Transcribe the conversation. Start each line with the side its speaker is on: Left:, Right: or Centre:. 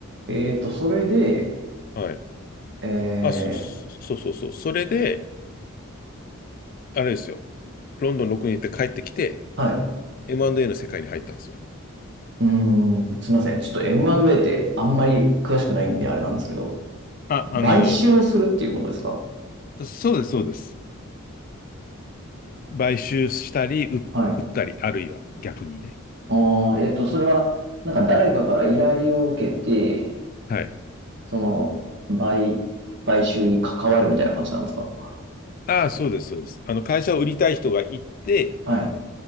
Right: えっと、それで、
Left: はい。
Right: え
Left: あ、そ、そそうそうそう。
Right: ー
Left: それで、あれですよ。ロンドン6に行って帰ってきて、
Right: はい。
Left: M&A の世界に入ったんですよ。
Right: うーん、すいません。ちょっと M&A ってあんまり詳しくないんであれなんですけど、
Left: あ、あの
Right: 買収をするっていうことですか
Left: ーそうです、そうです。買収したり、う売ったり、
Right: はい。
Left: あるいは逆にね。
Right: ああ、えっと、それは、なんか誰かから依頼を受けて、
Left: うんはい。
Right: その、買、買収に関わるみたいな感じなんですか
Left: ああ、そうです、そうです。あの、会社を売りたい人がいて、
Right: はい。